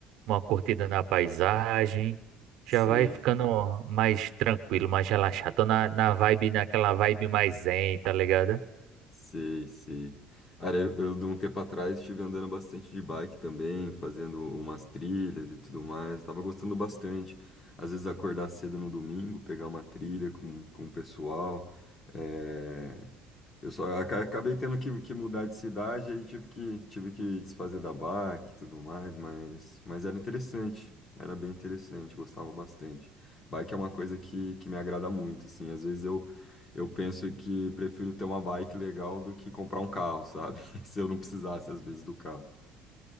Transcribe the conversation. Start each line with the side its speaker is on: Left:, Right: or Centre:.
Right: uma curtida na paisagem.
Left: Sei,
Right: Já vai ficando mais tranquilo, mais relaxado. Tô na, na vibe, naquela vibe mais zen, tá ligado?
Left: sei, sei. Cara, eu, eu de um tempo atrás estive andando bastante de bike também, fazendo umas trilhas e tudo mais. Tava gostando bastante. Às vezes acordar cedo no domingo, pegar uma trilha com, com o pessoal. É, Eu só aca- acabei tendo que, que mudar de cidade, aí tive que, tive que desfazer da bike e tudo mais, mas, mas era interessante. Era bem interessante, gostava bastante. Bike é uma coisa que, que me agrada muito, assim. Às vezes eu Eu penso que prefiro ter uma bike legal do que comprar um carro, sabe? <laughs> Se eu não precisasse, às vezes, do carro.